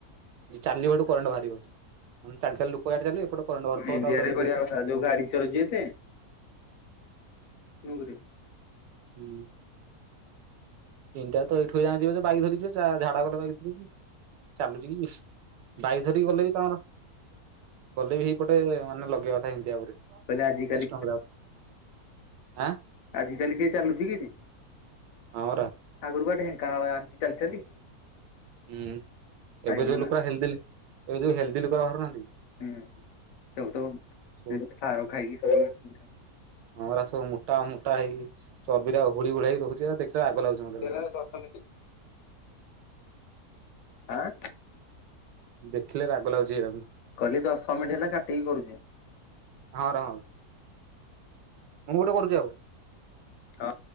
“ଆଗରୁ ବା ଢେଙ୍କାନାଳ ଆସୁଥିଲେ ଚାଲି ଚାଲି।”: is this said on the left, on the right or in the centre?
Left